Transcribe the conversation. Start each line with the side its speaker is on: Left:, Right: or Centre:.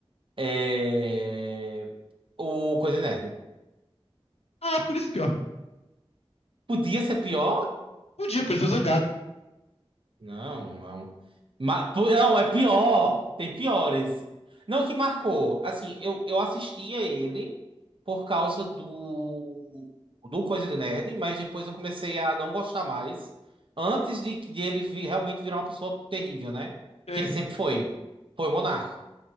Right: É... O Coisa Nerd.
Left: Ah, por isso é pior.
Right: Podia ser pior?
Left: Podia, por isso é Zangado.
Right: Não, não. Ma- pu- não, é pior. Tem piores. Não, que marcou. Assim, eu, eu assistia ele por causa do, do Coisa de Nerd, mas depois eu comecei a não gostar mais. Antes de, que- de ele vi- realmente virar uma pessoa terrível, né?
Left: Tem.
Right: Que ele sempre foi. Foi o Monark.